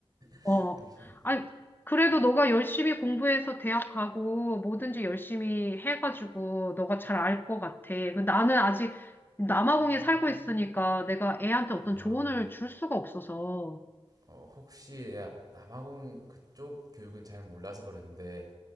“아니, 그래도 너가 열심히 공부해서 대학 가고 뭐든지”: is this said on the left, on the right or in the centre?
Left